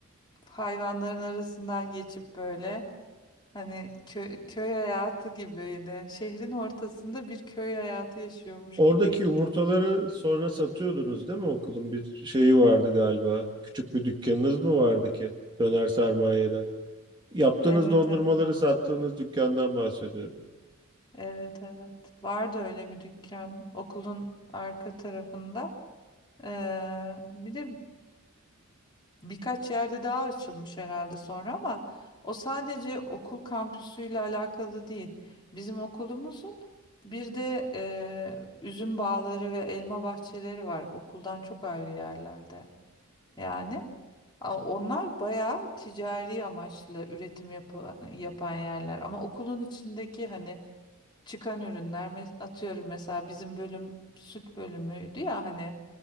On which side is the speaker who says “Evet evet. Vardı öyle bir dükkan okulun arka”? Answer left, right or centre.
Left